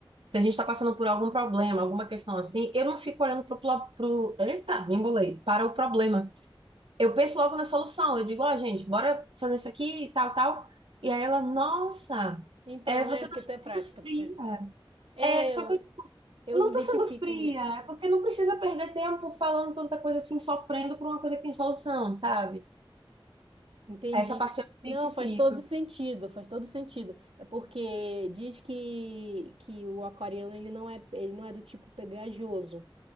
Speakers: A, on the right; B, on the right.
A: se a gente tá passando por algum problema, alguma questão assim, eu não fico olhando pro, pro pro, eita, me embolei, para o problema. Eu penso logo na solução. Eu digo, ó, gente, bora fazer isso aqui e tal, tal. E aí ela, nossa,
B: Então,
A: é, você
B: é, porque
A: tá sentindo
B: até é prática.
A: fria.
B: É,
A: É, só
B: eu,
A: que
B: eu
A: não
B: me identifico
A: tô sendo fria,
B: nisso.
A: é porque não precisa perder tempo falando tanta coisa assim, sofrendo por uma coisa que tem solução, sabe?
B: Entendi.
A: Essa parte eu
B: Não,
A: me identifico.
B: faz todo sentido, faz todo sentido. É porque diz que, que o aquariano ele não é, ele não é do tipo pegajoso.